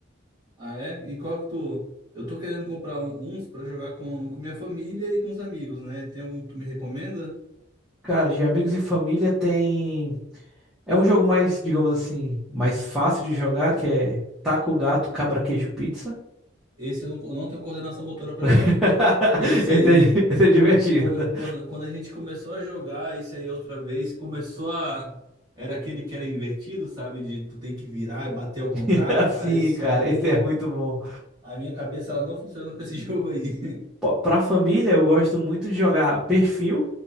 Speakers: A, on the right (about 20°); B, in the centre.
A: Ah, é? E qual que tu. Eu tô querendo comprar um- uns pra jogar com, com minha família e com os amigos, né? Tem algum que tu me recomenda?
B: Cara, de amigos e família tem. É um jogo mais, digamos assim, mais fácil de jogar, que é Taco Gato, Cabra Queijo Pizza.
A: Esse eu não, eu não tenho coordenação motora pra
B: <laughs>
A: jogar. Esse
B: Esse
A: aí
B: é, esse é divertido.
A: Quando, quando, quando a gente começou a jogar isso aí outra vez, começou a. Era aquele que era invertido, sabe? De tu tem que virar e bater ao contrário.
B: <laughs> Assim,
A: Cara, esse
B: cara,
A: aí.
B: esse é muito bom.
A: A minha cabeça ela não funciona pra esse <laughs> jogo aí.
B: Pô, Pra família, eu gosto muito de jogar Perfil,